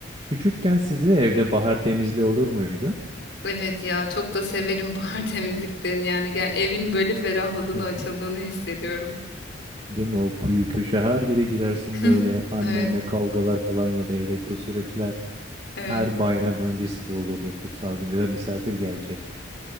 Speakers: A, on the right (about 30°); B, on the left (about 70°).
A: Küçükken sizde de evde bahar temizliği olur muydu?
B: Evet ya çok da severim <laughs> bahar temizliklerini yani gel, evin böyle ferahladığını
A: Hı hı.
B: açıldığını hissediyorum.
A: Değil mi? O kuyu köşe her yere girersin
B: <clears throat>
A: böyle annenle
B: Evet
A: kavgalar falan ya da evdeki o süreçler
B: evet
A: her bayram öncesi de olurdu kutsal gün ya da misafir gelecek.